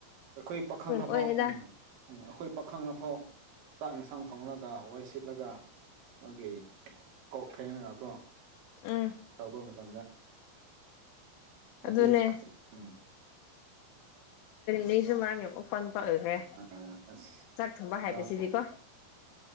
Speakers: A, on the right; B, on the left.
A: ꯑꯩꯈꯣꯏ ꯄꯥꯈꯪꯅꯐꯥꯎ
B: ꯑꯣꯏꯔꯦꯗ
A: ꯎꯝ ꯎꯝ ꯑꯩꯈꯣꯏ ꯄꯥꯈꯪ ꯑꯐꯥꯎ ꯆꯥꯛ ꯏꯟꯁꯥꯡ ꯊꯣꯡꯅꯒ ꯋꯥꯏ ꯁꯤꯠꯂꯒ ꯃꯥꯒꯤ ꯀꯈꯩ ꯃꯒ ꯀꯣ
B: ꯎꯝ
A: ꯇꯧꯕ ꯃꯇꯝ ꯃꯇꯝꯗ ꯅꯨꯄꯤꯅ
B: ꯑꯗꯨꯅꯦ
A: ꯎꯝ
B: ꯅꯁꯨ ꯃꯔꯥꯡ ꯌꯦꯑꯣ ꯄꯟ ꯐꯈ꯭ꯔꯦ
A: ꯑ ꯑꯁ
B: ꯆꯥꯛ ꯊꯣꯡꯕ ꯍꯥꯏꯕꯁꯤꯗꯤꯀꯣ
A: ꯄꯨꯔꯥ